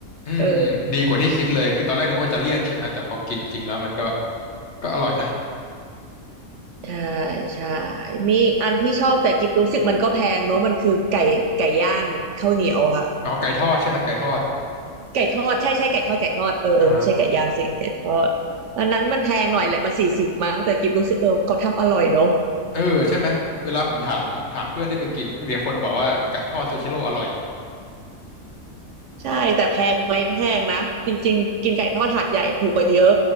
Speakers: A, on the left; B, on the right.
A: อืมอืมดีกว่าที่คิดเลยคือตอนแรกนึกว่าจะเลี่ยนใช่ไหมแต่พอกินจริงแล้วมันก็
B: เออ
A: ก็อร่อยนะ
B: ใช่ใช่มีอีกอันที่ชอบแต่กิบรู้สึกมันก็แพงเนอะมันคือไก่ไก่ย่างข้าวเหนียวค่ะ
A: เอาไก่ทอดใช่ไหมไก่ทอด
B: ไก่ทอดใช่ใช่ไก่ทอดไก่ทอดเออเออไม่ใช่ไก่ย่างสิไก่ทอดอันนั้นมันแพงหน่อยแหละมันสี่สิบมั้งแต่กิบรู้สึกเออเขาทำอร่อยเนอะ
A: อ่าเออใช่ไหมเวลาผมถามถามเพื่อนที่ไปกินมีคนบอกว่าไก่ทอดซูชิโร่อร่อย
B: ใช่แต่แพงไหมแพงนะจริงๆกินไก่ทอดหาดใหญ่ถูกกว่าเยอะ